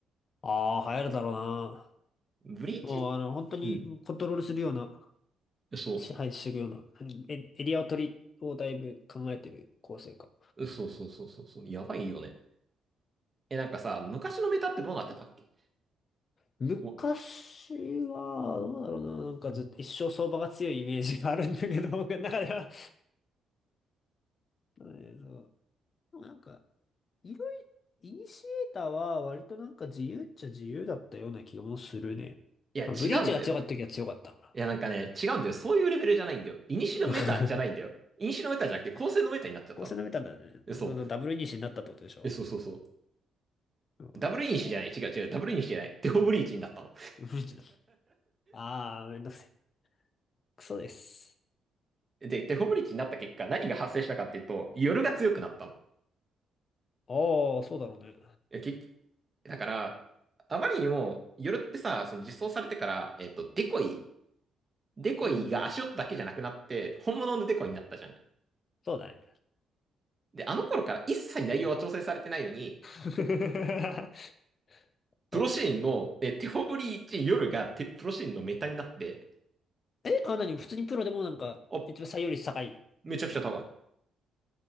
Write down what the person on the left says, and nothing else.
ああ、流行るだろうな。
もう、あの、本当にコントロールするような、
支配していくような、うんエ、エリアを取り、をだいぶ考えてる構成か。
昔は、
どうだろうな、なんかずっと一生相場が強いイメージがあるんだけど、<laughs> 僕の中では。えーとでもなんか、いろいろ、イニシエーターは割となんか自由っちゃ自由だったような気もするね。
まあ、
ブリーチが強かった時は強かったから。
<laughs>
こうのなめたんだね。
そのダブルイニシになったってことでしょ。
なんかし
ブリーチだ。あー、めんどくせえ。クソです。
あー、そうだろうね。
うん、
そうだね。
<laughs>
そうだね
え、あ、何普通にプロでもなんか、
一番採用率高いの。